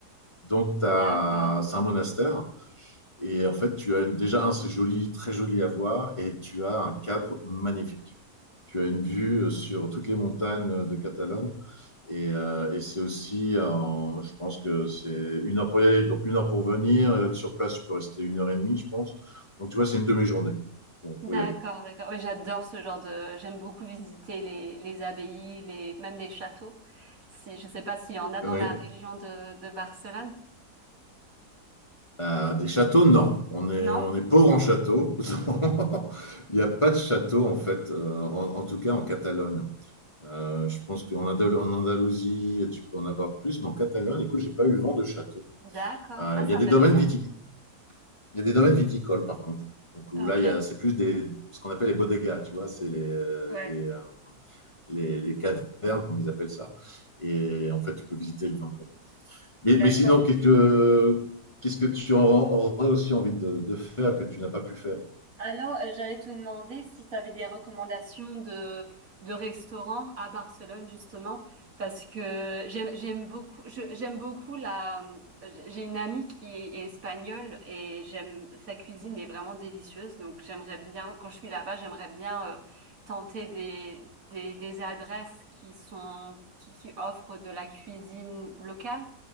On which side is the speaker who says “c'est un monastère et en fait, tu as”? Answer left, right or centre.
Left